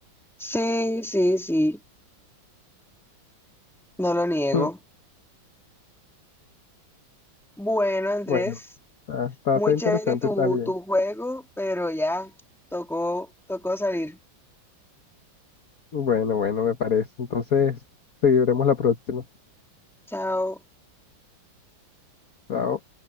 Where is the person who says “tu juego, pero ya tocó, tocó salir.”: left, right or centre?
Centre